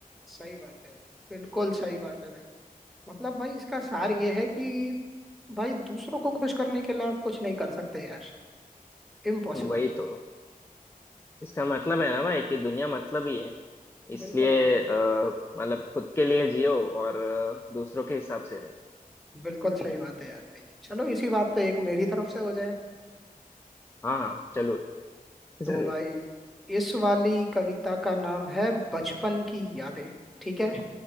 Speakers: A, in the centre; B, on the left (about 15°).
A: सही बात है भाई बिल्कुल सही बात है भाई मतलब भाई इसका सार ये है कि भाई दूसरों को खुश करने के लिए आप कुछ नहीं कर सकते यार इम्पॉसिबल
B: <laughs> वही तो इसका मतलब है ना भाई कि दुनिया मतलब ही है इसलिए
A: बिल्कुल बिल्कुल
B: अ, मतलब खुद के लिए जियो और अ, दूसरों के हिसाब से नहीं
A: बिल्कुल सही बात है यार भाई चलो इसी बात पे एक मेरी तरफ से हो जाए
B: हाँ हाँ चलो जरूर
A: तो भाई इस वाली कविता का नाम है बचपन की यादें ठीक है